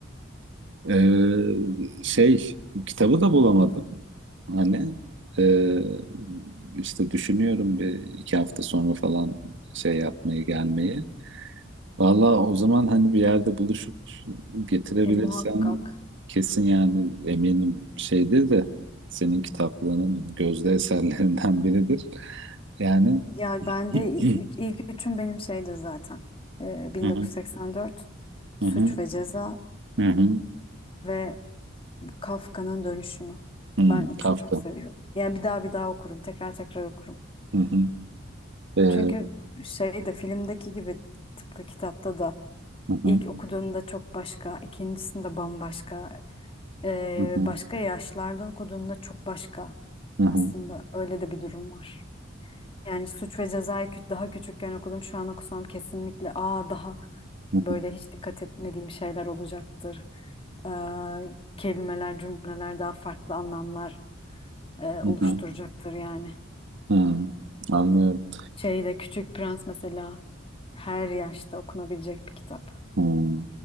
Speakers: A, on the right; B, on the left.
A: Ee, şey kitabı da bulamadım. Hani e, işte düşünüyorum bir iki hafta sonra falan şey yapmayı gelmeyi. Valla o zaman hani bir yerde buluşup getirebilirsen
B: E muhakkak.
A: kesin yani eminim şeydir de senin kitaplığının gözde eserlerinden biridir. Yani
B: Ya ben
A: <clears throat>
B: de ilk üçüm benim şeydir zaten. Ee, 1984,
A: Hı hı, hı
B: Suç
A: hı,
B: ve Ceza
A: hı hı,
B: ve Kafka'nın Dönüşümü.
A: hı,
B: Ben üçünü
A: Kafka.
B: çok seviyorum. Yani bir daha bir daha okurum, tekrar tekrar okurum.
A: Hı Ee, hı,
B: Çünkü şey de filmdeki gibi tıpkı kitapta da
A: e, hı,
B: ilk okuduğunda çok başka, ikincisinde bambaşka, ee,
A: hı hı,
B: başka yaşlarda okuduğunda çok başka.
A: hı hı,
B: Aslında öyle de bir durum var. Yani Suç ve Ceza'yı kü- daha küçükken okudum. Şu an okusam kesinlikle aa daha
A: hı
B: Böyle
A: hı,
B: hiç dikkat etmediğim şeyler olacaktır. Ee, kelimeler, cümleler daha farklı anlamlar e, oluşturacaktır
A: hı hı.
B: yani.
A: Hmm, anlıyorum.
B: Şeyde Küçük Prens mesela her yaşta okunabilecek bir kitap.
A: Hmm,